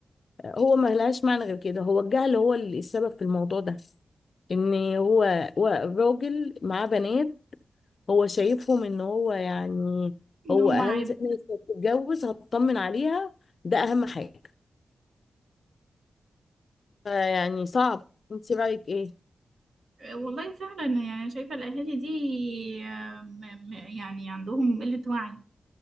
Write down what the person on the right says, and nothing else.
ان
هما
عيب
آه، والله فعلا يعني شايفة الأهالي دي آه، م- م- يعني عندهم قلة وعي